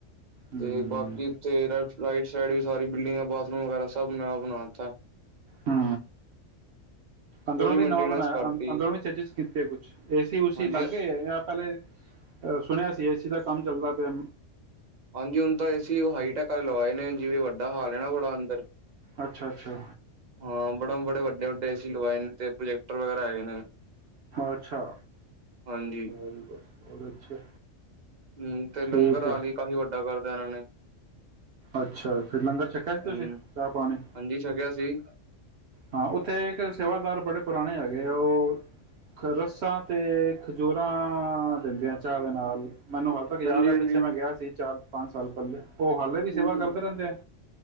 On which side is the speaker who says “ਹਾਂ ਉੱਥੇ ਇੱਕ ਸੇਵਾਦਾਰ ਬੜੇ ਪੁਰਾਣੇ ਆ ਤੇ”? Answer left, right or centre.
Right